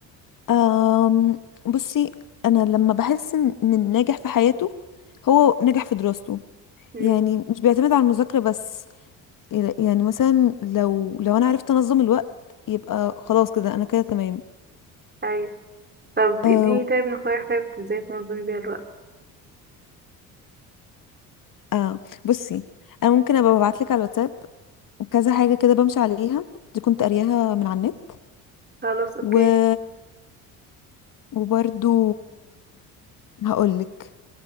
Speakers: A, on the left; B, on the right.
A: أم بصي انا لما بحس ان إن الناجح في حياته هو ناجح في دراسته
B: مم.
A: يعني مش بيعتمد على المذاكرة بس يعني مثلا لو لو انا عرفت انظم الوقت يبقى خلاص كده انا كده تمام
B: طيب طب
A: أو
B: اديني طيب نصايح طيب ازاي تنظمي بيها الوقت
A: اه بصي انا ممكن ابقى ابعت لك على الواتساب كذا حاجة كده بمشي عليها دي كنت قارياها من على النت
B: خلاص اوكي
A: و... وبرضو هقول لك